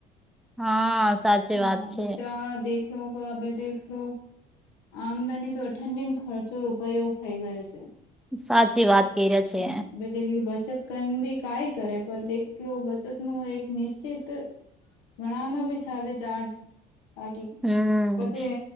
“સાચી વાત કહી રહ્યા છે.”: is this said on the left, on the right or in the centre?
Centre